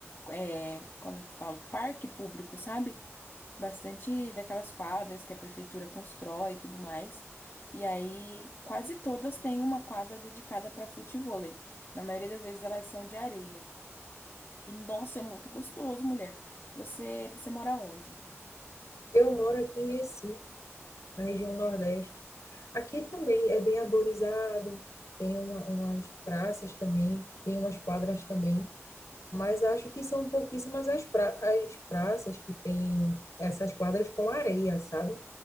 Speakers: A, on the left; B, on the left.
A: é, como é que eu falo? Parque público, sabe? Bastante daquelas quadras que a prefeitura constrói e tudo mais. E aí, quase todas têm uma quadra dedicada para futevôlei. Na maioria das vezes elas são de areia. E nossa, é muito gostoso, mulher. Você, você mora onde?
B: Eu moro aqui em Recife, na região Nordeste. Aqui também é bem arborizado, tem uma- umas praças também, tem umas quadras também, mas acho que são pouquíssimas as, pra- as praças que têm essas quadras com areia, sabe?